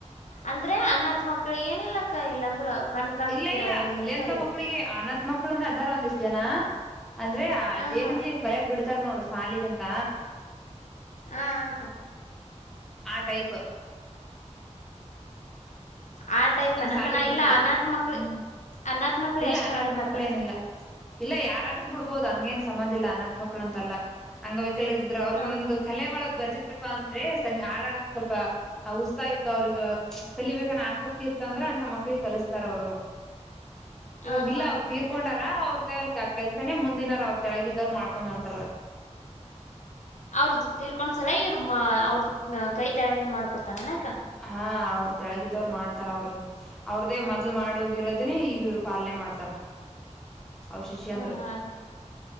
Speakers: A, on the left; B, in the centre.
A: ಅಂದ್ರೆ ಅನಾತ್ ಮಕ್ಳಿಗೆ ಏನಿಲ್ಲಕ್ಕ ಇಲ್ಲಾಂದ್ರ ಕಣ್ ಕಾಣಿಸ್ತಿರೋ್ರಿಗೆ
B: ಇಲ್ಲ ಇಲ್ಲ ಕಲಿಯುವಂತ
A: ಇಂತವ್ರಗ
B: ಮಕ್ಕಳಿಗೆ ಅನಾತ ಮ್ ಮಕ್ಕಳನ ಇರ್ತಾರ ಒಂದಿಷ್ಟು ಜನ ಅಂದ್ರೆ ಆ
A: ಹ
B: ಬೇಕಂದ್ರೆ
A: ಹಾ ಅಕ್ಕ
B: ನೀವು ಕಲಿಯಾಕ ಬಿಡ್ತ ಅಚ್ಚತರ ನೋಡು ಸಾಲಿಗಂತ
A: ಹಾ ಹಾ ಆಕ್ಕ
B: ಆ ಟೈಪ್
A: ಆ ಟೈಪ್
B: ಹಂಗ್
A: ಅನ
B: ಸಾಲಿಗ್
A: ಅಕ ನಾ
B: ಬಿಡ್ತಿದ್ರ
A: ಇಲ್ಲ ಅನಾಥ ಮಕ್ಳಿಗ್
B: ಹ್ಮ್
A: ಅನಾಥ ಮಕ್ಳಿಗ್
B: ಇಲ್ಲ
A: ಅಷ್ಟೇ
B: ಅನಾಥ್
A: ಮಾಡಿದ್ದಕ್ಕ
B: ಮಕ್ಳೇನಿಲ್ಲ ಇಲ್ಲ ಯಾರಾದ್ರೂ ಬಿಡ್ಬಹುದು ಹಂಗೇನ್ ಸಂಬಂಧ ಇಲ್ಲ ಅನಾತ್ ಮಕ್ಕಳು ಅಂತಲ್ಲ ಅಂಗವಿಕಲ ವಿಕಲರು ಇದ್ರ ಅವ್ರಿಗ್
A: ಹ
B: ಒಂದೊಂದು
A: ಹಾ
B: ಕಲೆಗಳು ಬರ್ತಿತಿ ಹೆಂಗಪ್ಪಾ ಅಂದ್ರೆ ಸಂಗ್ ಆಡಆಡಕ್ ಸ್ವಲ್ಪ ಉಸತಾಹಾ ಇತ್ತು ಅವ್ರಿಗೆ ಕಲಿಬೇಕನ್ನ ಆಸಕ್ತಿ ಇತ್ತ ಇತ್ತಂದ್ರ ಅಂತ ಮಕ್ಳಿಗೆ ಕಲಿಸತಾರ ಅವರು
A: ಹ
B: ಇವಾಗಲ್ಲ
A: ಹಾ
B: ಅವರು
A: ಅಕ್ಕ
B: ತೀರ್ಕೊಂಡಾರ ಅವರು ಕೆಲ್ಸನೇ ಮುಂದಿನಾರ ಅವ್ರು ತೆಳಗಿದವ್ರು ಮಾಡ್ಕೊಂಡ್ ಹೊಂಟಾರ
A: ಅವ್ರದ ತೀರ್ಕೊಂಡ್ ಸಲ ಇವ್ರ ಅವ್ರ ಕೈ ತರಗ ಏನ್ ಮಾಡ್ಕೊತಾರ ಅನಕ
B: ಹಾ ಅವ್ರ ತೆಳಗಿದ್ದವರು ಮಾಡ್ತಾರ ಅವರು ಅವ್ರ್ದೇ ಮೊದ್ಲು ಮಾಡ ಹೋಗಿರೋದನೇ ಈಗ ಇವ್ರು ಪಾಲನೆ ಮಾಡ್ತಾರ ಅವ್ರ ಶಿಷ್ಯಂದ್ರ
A: ಹಾ ಹಾಗ